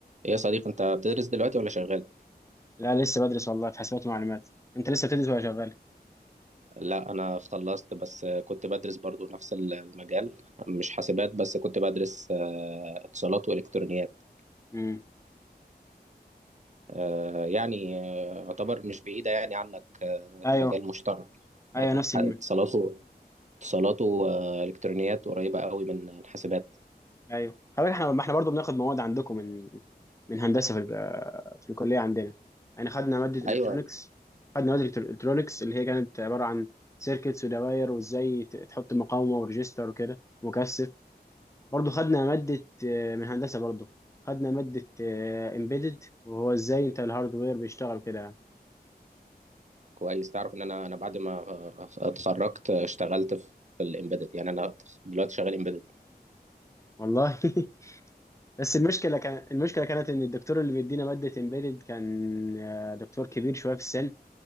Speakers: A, on the right; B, on the left.
A: ايه يا صديق انت بتدرس دلوقتي ولا شغال؟
B: لا لسه بدرس والله في حسابات ومعلومات انت لسه بتدرس ولا شغال
A: لا انا خلصت بس كنت بدرس برضو نفس المجال مش حاسبات بس كنت بدرس آه، اتصالات والكترونيات
B: امم
A: آه، يعني آه، يعتبر مش بعيدة يعني عنك آه،
B: ايوه
A: مجال مشترك
B: ايوه نفس الم...
A: اتصالاته اتصالاته والكترونيات قريبة قوي من الحاسبات
B: ايوه خلي بالك احنا ما احنا برضه بناخد مواد عندكم من من هندسه في ال... في الكليه عندنا يعني خدنا ماده الكترونكس
A: ايوه
B: خدنا ماده الكترونكس اللي هي كانت عباره عن سيركتس ودوائر وازاي ت- تحط مقاومه وريجستر وكده مكثف برضه خدنا ماده آه، من هندسه برضه خدنا ماده امبيدد وهو ازاي انت الهاردوير بيشتغل كده يعني
A: كويس تعرف ان انا انا بعد ما آه، اتخرجت آه، اشتغلت في الامبيدد يعني انا دلوقتي شغال امبيدد
B: والله <laughs> بس المشكله كان المشكله كانت ان الدكتور اللي بيدينا ماده امبيدد كان آه، دكتور كبير شويه في السن